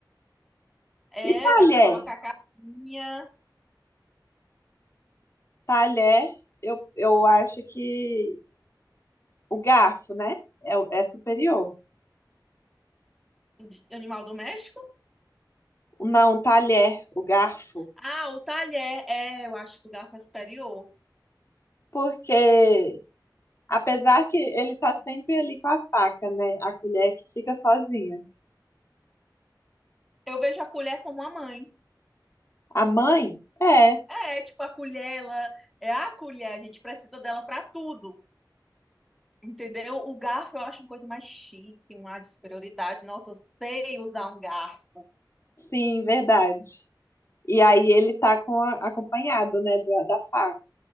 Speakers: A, in the centre; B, on the left.
A: É,
B: E talher.
A: dá pra colocar capinha
B: Talher, eu, eu acho que o garfo, né? É, o- é superior.
A: de animal doméstico?
B: Não, talher, o garfo.
A: Ah, o talher. É, eu acho que o garfo é superior.
B: Porque apesar que ele tá sempre ali com a faca, né? A colher que fica sozinha.
A: Eu vejo a colher como a mãe.
B: A mãe? É,
A: É, tipo, a colher, ela é a colher, a gente precisa dela pra tudo, entendeu? O garfo eu acho uma coisa mais chique, um ar de superioridade. Nossa, eu sei usar um garfo.
B: sim, verdade. E aí ele tá com a- acompanhado, né, da da faca.